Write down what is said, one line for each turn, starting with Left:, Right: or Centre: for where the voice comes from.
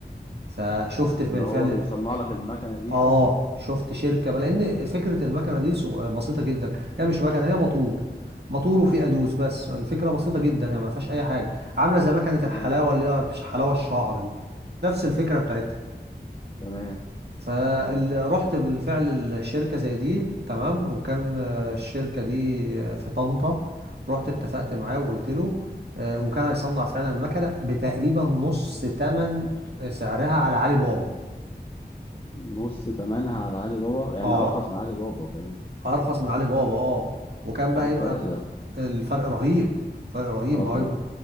Right: فشفت
Left: اللي
Right: بالفعل
Left: هو بيصنع لك المكنة دي
Right: اه
Left: قصدك
Right: شفت شركة بقى لان فكرة المكنة دي صغ- بسيطة جدا هي مش مكنة هي موتور موتور وفيه ادوس بس الفكرة بسيطة جدا يعني ما فيهاش اي حاجة عاملة زي مكنة
Left: تمام
Right: الحلاوة اللي هي مش حلاوة الشعر دي نفس الفكرة بتاعتها
Left: تمام
Right: فرحت بالفعل الشركة زي دي تمام وكان آه، الشركة دي آه، في طنطا رحت اتفقت معاه وقلت له آه، وكان هيصنع فعلا المكنة بتقريبا نص تمن سعرها على علي بابا
Left: نص تمنها على علي بابا يعني
Right: اه
Left: أرخص من علي بابا كمان
Right: ارخص من علي بابا اه وكان بقى
Left: إيه الفرق
Right: يبقى
Left: ده؟
Right: الفرق رهيب فرق رهيب
Left: أه
Right: ما
Left: طبعا
Right: هو يبقى